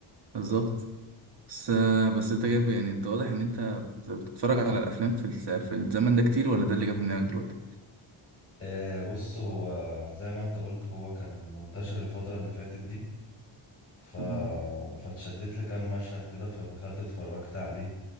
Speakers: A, on the right; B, on the left.
A: بالظبط بس بس انت جايب يعني انت واضح ان انت بت- بتتفرج على الافلام في الس- في الزمن ده كتير ولا ده اللي جه في دماغك دلوقتي
B: آه بص هو زي ما انت قلت هو كان منتشر الفترة اللي فاتت دي ف...
A: مم.
B: فاتشدت لكام مشهد كده فدخلت اتفرجت عليه